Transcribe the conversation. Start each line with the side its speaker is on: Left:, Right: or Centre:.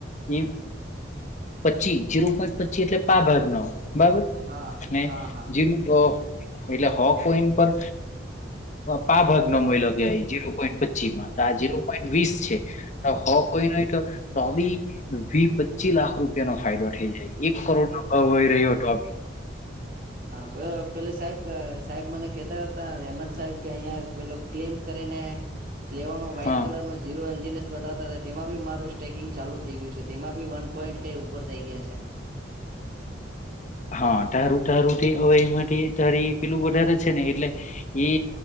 Left: એ પચી જીરો પોઈન્ટ પચી એટલે પા ભાગ નો બરાબર
Right: હા
Left: અને
Right: હા હા
Left: એટલે હો કોઈન પર પા ભાગ ન મળલો કેવાય જે જીરો પોઈન્ટ પચીમાં તો આ જીરો પોઈન્ટ વીસ છે તો હો કોઈન હોય ટોબી પચી લાખ રૂપિયાનો ફાયદો થઈ જાય એક કરોડ નો ભાવ હોય રહ્યો હતો
Right: હ પેલે સાહેબ સાહેબ કેતા હતા હેમંત સાહેબ કે અહિંયા પેલું ક્લેમ કરીને લેવાનો વ્હાઈટ
Left: હા
Right: કલર નો ઝીરો એલજીને બતા હતા તેમાં બી મારું સ્ટેકિંગ ચાલુ થઈ ગયું છે તેમાં બી વન પોઈન્ટ કંઈ ઉપર થઈ ગયા છે છે <inaudible>
Left: હા તારું તારું હવે એમાં તારી પેલું વધારે છે ને એટલે એ